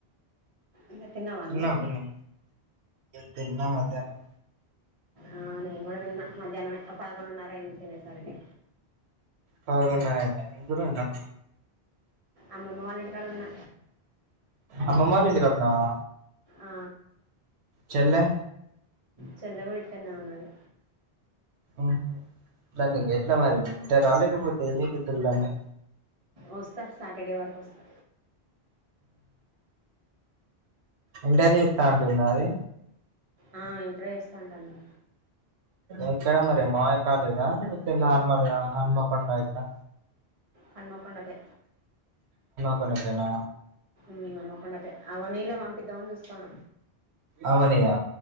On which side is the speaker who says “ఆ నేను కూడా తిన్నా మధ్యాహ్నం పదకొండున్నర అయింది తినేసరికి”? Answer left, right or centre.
Right